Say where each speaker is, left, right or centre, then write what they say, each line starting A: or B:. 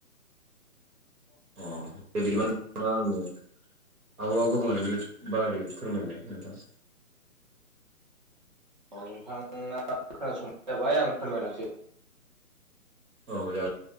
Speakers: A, on the right (about 80°); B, on the right (about 30°).
A: अ दे बिदिबा नोंथाङा आंनो आबहावा गुबुंनायनि बारै फोरमायलाय नोंथां
B: अह नोंथाङा खोनासंबानो जाबाय आं फोरमायलांनोसै
A: औ जागोन